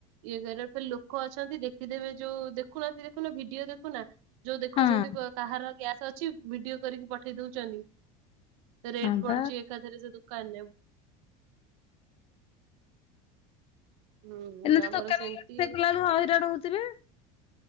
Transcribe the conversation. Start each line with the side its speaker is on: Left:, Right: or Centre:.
Right: ଇଏ ଲୋକ ଅଛନ୍ତି ଦେଖିଦେବେ ଯୋଉ ଦେଖୁନାହାନ୍ତି ଦେଖୁନା ଭିଡିଓ ଦେଖୁନା ଯୋଉ ଦେଖୁଛନ୍ତି
Left: ହଁ
Right: କାହାର ଗ୍ୟାସ୍ ଅଛି ଭିଡିଓ କରିକି ପଠେଇ ଦଉଛନ୍ତି। ରେଟ୍
Left: ହଁ
Right: ପଢୁଛି
Left: ବା
Right: ଏକାଥରେ ସେ। <unintelligible> ହୁଁ
Left: ଏମତି
Right: ଆମର
Left: ଦୋକାନଗା
Right: ସେମିତି
Left: ବଳୁ ହଇରାଣ ହଉଛି। ତେ।